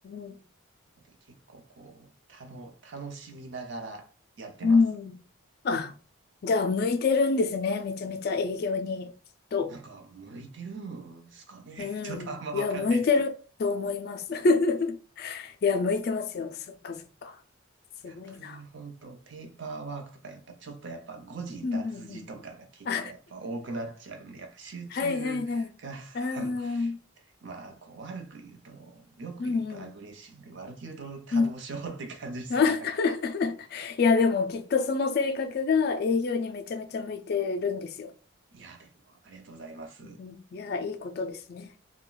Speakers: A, on the left; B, on the right.
A: うん
B: で、結構こう、たの、楽しみながらやってます。
A: うん。うん。あ、じゃあ、向いてるんですね、めちゃめちゃ営業に、きっと。
B: なんか、向いてるんすかね
A: うん。
B: <laughs> ちょっとあんまわかんないですけど。
A: いや、向いてると思います。<laughs> いや、向いてますよ。そっかそっか。すごいな。
B: 逆に本当、ペーパーワークとか、やっぱちょっとやっぱ誤字脱字とかが結構やっぱ多くなっちゃうんで、
A: うんうんうん。<laughs> あ、
B: やっぱ集中が、
A: はいはいはい。
B: <laughs>
A: あー
B: あの、まあ、こう悪く言うと、よく言うとアグレッシブで、
A: うんうん。
B: 悪く言うと多動症って感じですね。
A: うん <laughs>
B: なんか、
A: いや、でもきっとその性格が営業にめちゃめちゃ向いてるんですよ。
B: いや、でも、ありがとうございます。
A: うんいや、いいことですね。